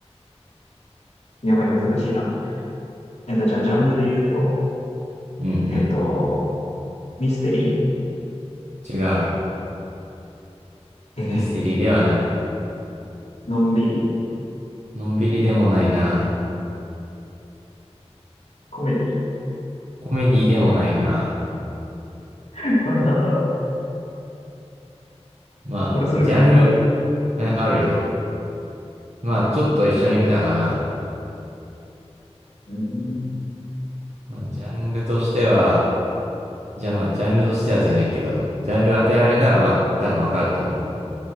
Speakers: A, on the left; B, on the right.
A: やばい、難しいな。えっと、じゃあ、ジャンルで言うと、
B: うんう
A: えっと、ミステリ
B: ん。違う。
A: ー、え
B: ミステリーではない。
A: ーのんびり、
B: のんびりでもないな。
A: コメディ
B: コメディでもないな。
A: ー、な、なんだろ
B: まあ、
A: う。俺それ見たことある
B: ジャンル、え、あるよ。まあ、ちょっと一緒に見たかな。
A: うん。
B: まあ、ジャンルとしては、じゃあまあ、ジャンルとしてはじゃないけど、ジャンル当てられたらまあ、多分わかると思う。